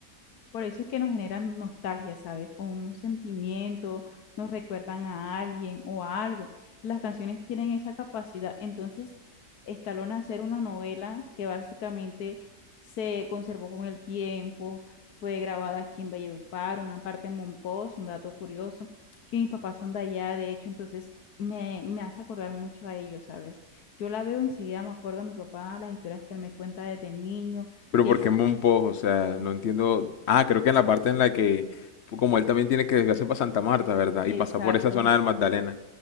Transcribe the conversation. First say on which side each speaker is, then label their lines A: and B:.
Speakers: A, on the left (about 75°); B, on the left (about 60°).
A: Por eso es que nos generan nostalgia, ¿sabes? O un sentimiento, nos recuerdan a alguien o a algo. Las canciones tienen esa capacidad. Entonces, Escalona hacer una novela que básicamente se conservó con el tiempo, fue grabada aquí en Valledupar, una parte en Monpós, un dato curioso, que mis papás son de allá, de hecho, entonces me, me hace acordar mucho a ellos, ¿sabes? Yo la veo enseguida, me acuerdo a mi papá, las historias que él me cuenta desde niño,
B: Pero
A: que
B: ¿por
A: esa,
B: qué Monpós? O sea, no entiendo. Ah, creo que en la parte en la que, como él también tiene que desviarse para Santa Marta, ¿verdad?
A: exacto.
B: Y pasar por esa zona del Magdalena.